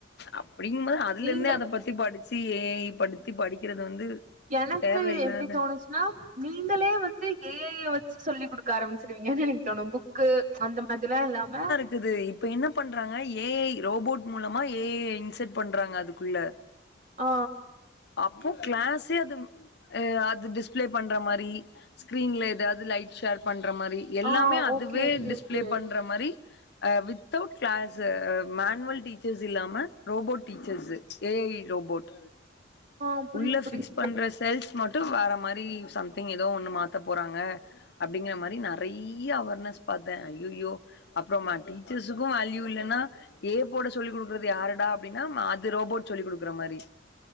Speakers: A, on the left; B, on the right.
A: அப்டிங்கும்போது அதுல
B: நீங்க
A: இருந்தே அத பத் தி படிச்சு ஏ ஐய படுத்தி படிக்கிறது வந்து
B: எனக்கு
A: தேவயில்லாத
B: எப்டி தோணுச் சுனா நீங்களே வந்து ஏ ஐய வச்சு சொல்லி குடுக்க ஆரம்பிச்சிடுவிங்கனு எனக்கு தோணும் ரொம்போ க்கு அந்த மாதிரிலா இல்லாம
A: ரிது இப்போ ன்ன பண்றாங்க ஏ ஐ ரோபோட் மூலமா ஏ ஐ இன்செர்ட் பண்றாங்க அதுக்குள்ள
B: ஆ
A: அப்போ கிளாஸே அது ஹ் அது டிஸ்பிளே பண்ற மாரி ஸ்க்ரீன்ல ஏதாவது லைட் ஷேர் பண்ற மாரி எல்லாமே
B: ஆ
A: அதுவே
B: ஓகே ஓகே
A: டிஸ்பிளே
B: ஓகே
A: பண்ற மாரி அஹ் வித்தவுட் கிளாஸ் மேனுவல் டீச்சர்ஸ் இல்லாம robot teachers A I robot
B: ஆ புரியுது
A: உள்ள
B: புரியுது
A: பிக்ஸ் பண்ற செல்ஸ் மட்டு வேற மாரி சம்திங் ஏதோ ஒண்ணு மாத்த போறாங்க அப்டிங்கிற மாரி நெறைய அவேர்னஸ் பார்த்தே ஐயைய்யோ அப்புறம்மா டீச்சர்ஸ்க்கு வால்யூ இல்லன்னா ஏ போட சொல்லிக் குடுக்குறது யாருடானா அப்டின்னா அது ரோபோட் சொல்லி குடுக்குற மாரி